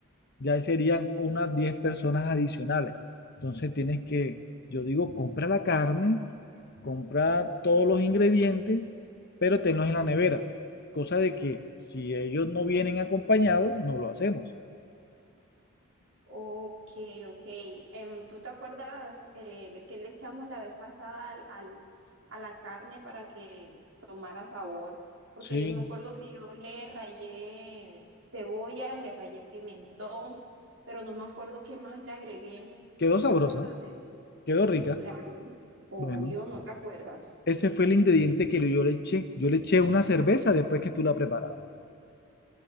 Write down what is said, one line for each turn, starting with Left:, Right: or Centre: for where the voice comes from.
Left: ya serían unas diez personas adicionales. Entonces tienes que, yo digo, compra la carne compra todos los ingredientes, pero tenlos en la nevera. Cosa de que si ellos no vienen acompañados, no lo hacemos.
Right: Ok, ok. Em, ¿tú te acuerdas eh, le- que le echamos la vez pasada al, al- a la carne para que tomara sabor? Porque
Left: Sí,
Right: yo me acuerdo que yo le rayé cebolla, le rayé pimentón, pero no me acuerdo qué más le agregué.
Left: quedó
Right: ¿Tú
Left: sabrosa,
Right: te acuerdas de eso?
Left: quedó rica.
Right: Claro, obvio,
Left: Bueno,
Right: no te acuerdas.
Left: ese fue el ingrediente que yo le eché. Yo le eché una cerveza después que tú la preparaste.